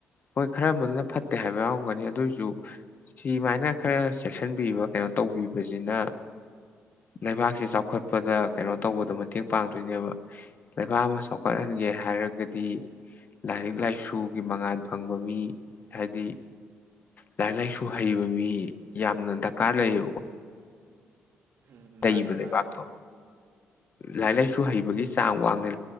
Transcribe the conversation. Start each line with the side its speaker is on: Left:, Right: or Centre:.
Left: ꯍꯣꯏ ꯈꯔ ꯑꯃꯅ ꯐꯠꯇꯦ ꯍꯥꯏꯕ ꯌꯥꯎꯔꯝꯒꯅꯤ ꯑꯗꯨꯑꯣꯏꯁꯨ ꯁꯤꯃꯥꯏꯅ ꯈꯔ ꯆꯦꯛꯁꯤꯟꯕꯤꯕ ꯀꯩꯅꯣ ꯇꯧꯕꯤꯕꯁꯤꯅ ꯂꯩꯕꯥꯛꯁꯤ ꯆꯥꯎꯈꯠꯄꯗ ꯀꯩꯅꯣ ꯇꯧꯕꯗ ꯃꯇꯦꯡ ꯄꯥꯡꯗꯣꯏꯅꯦꯕ ꯂꯩꯕꯥꯛ ꯑꯃ ꯆꯥꯎꯈꯠꯍꯟꯒꯦ ꯍꯥꯏꯔꯒꯗꯤ ꯂꯥꯏꯔꯤꯛ ꯂꯥꯏꯁꯨ ꯒꯤ ꯃꯉꯥꯥꯟꯜ ꯐꯪꯕ ꯃꯤ ꯍꯥꯏꯗꯤ ꯂꯥꯏꯔꯤꯛ ꯂꯥꯏꯁꯨ ꯍꯩꯕ ꯃꯤ ꯌꯥꯝꯅ ꯗꯔꯀꯥꯔ ꯂꯩꯌꯦꯕꯀꯣ
Right: ꯎꯝ
Left: ꯂꯩꯕ
Right: ꯃꯥꯅꯦ
Left: ꯂꯩꯕꯥꯛꯇꯣ
Right: ꯃꯥꯅꯦ
Left: ꯂꯥꯏꯔꯤꯛ ꯂꯥꯏꯁꯨ ꯍꯩꯕꯒꯤ ꯆꯥꯡ ꯋꯥꯡꯅ